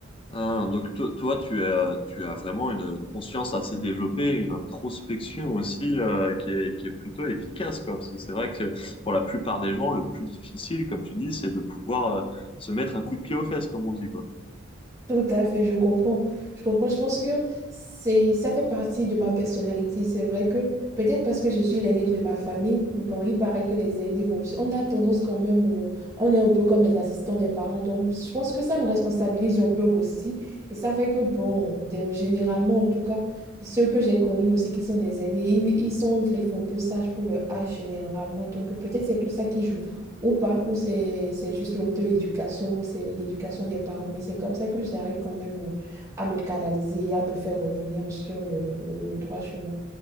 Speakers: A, on the left; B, on the right.
A: Ah, donc to- toi, tu as, tu as vraiment une conscience assez développée, une introspection aussi euh, qui est, qui est plutôt efficace, quoi. Parce que c'est vrai que pour la plupart des gens, le plus difficile, comme tu dis, c'est de pouvoir euh, se mettre un coup de pied aux fesses, comme on dit, quoi.
B: Tout à fait, je comprends. Je comprends. Je pense que c'est, ça fait partie de ma personnalité. C'est vrai que peut-être parce que je suis l'aînée de ma famille, bon, il paraît que les aînés, bon, j- on a tendance quand même, euh, on est un peu comme les assistants des parents. Donc, je pense que ça nous responsabilise un peu aussi. Et ça fait que, bon, de- généralement, en tout cas, ceux que j'ai connus aussi qui sont des aînés, ils, ils sont en griffe un peu sage pour le âge généralement. Donc, peut-être c'est tout ça qui joue ou pas, ou c'est c'est juste l'auto-éducation, ou c'est l'éducation des parents, mais c'est comme ça que j'arrive quand même euh, à me canaliser et à me faire revenir sur le, le, le droit chemin.